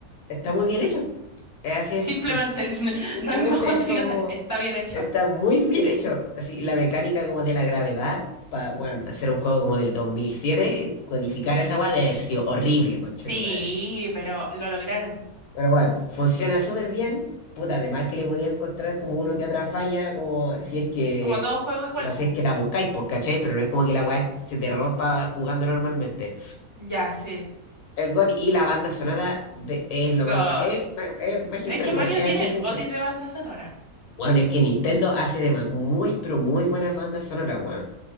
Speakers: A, on the left (about 85°); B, on the left (about 15°).
A: está muy bien hecho, es así
B: Simplemente
A: de simple.
B: <laughs>
A: Simplemente
B: no hay más justificación.
A: es como,
B: Está bien hecho.
A: está muy bien hecho. Así, la mecánica como de la gravedad, para, bueno, hacer un juego como del 2007 codificar esa weá de haber sido horrible, conche
B: Sí,
A: tu madre.
B: pero lo lograron.
A: Pero bueno, funciona súper bien. Puta, además que le podía encontrar como uno que otra falla, como si es que,
B: Como todo juego igual,
A: no,
B: pues.
A: si es que la buscáis, pues, ¿cachai? Pero no es como que la weá se te rompa jugando normalmente.
B: Ya, sí.
A: El God y la banda sonora de, es lo
B: GOTY.
A: más. Es, es magistral,
B: Es que Mario
A: weón. Es
B: tiene
A: así de simple.
B: GOTY de banda sonora.
A: Weón, es que Nintendo hace de ma- muy, pero muy buenas bandas sonoras, weón.